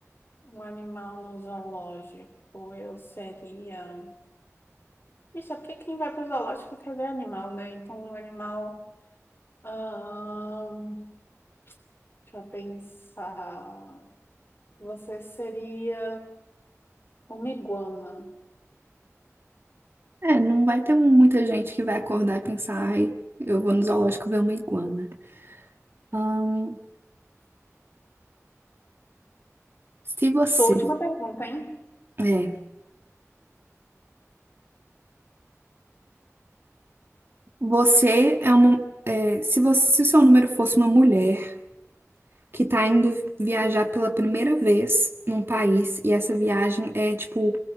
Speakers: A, on the left; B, on the right.
A: Um animal no zoológico, eu seria. Ixi, é porque quem vai para o zoológico quer ver animal, né? Então, um animal. ahn, Deixa eu pensar. Você seria uma iguana.
B: É, não vai ter muita gente que vai acordar e pensar, ai, eu vou no zoológico ver uma iguana. Ahn, se você.
A: Sua última pergunta, hein?
B: É, você é uma. é, se você, se o seu número fosse uma mulher. que tá indo viajar pela primeira vez num país e essa viagem é tipo,